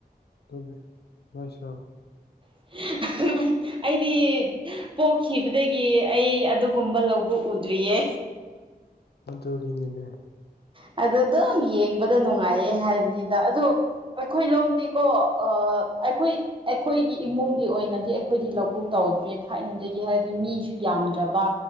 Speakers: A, on the left; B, on the right.
A: ꯑꯗꯄꯗꯤ ꯂꯣꯏꯁ
B: <unintelligible> <inaudible> ꯑꯩꯗꯤ ꯄꯣꯛꯈꯤꯕꯗꯒꯤ ꯑꯩ ꯑꯗꯨꯒꯨꯝꯕ ꯂꯧꯕ ꯎꯗ꯭ꯔꯤꯌꯦ
A: ꯃꯗꯨꯒꯤꯅꯤꯅꯦ
B: ꯑꯗ ꯑꯗꯨꯝ ꯌꯦꯡꯕꯗ ꯅꯨꯡꯉꯥꯏꯌꯦ ꯍꯥꯏꯕꯅꯤꯗ ꯑꯗ ꯨ ꯑꯩꯈꯣꯏ ꯂꯣꯝꯗꯤꯀꯣ ꯑꯩꯈꯣꯏ ꯑꯩꯈꯣꯏꯒꯤ ꯏꯃꯨꯡꯒꯤ ꯑꯣꯏꯅꯗꯤ ꯑꯩꯈꯣꯏꯗꯤ ꯂꯧꯕꯨꯛ ꯇꯧꯗ꯭ꯔꯦ ꯊꯥꯏꯅꯗꯒꯤ ꯍꯥꯏꯔꯗꯤ ꯃꯤꯁꯨ ꯌꯥꯝꯗ꯭ꯔꯕ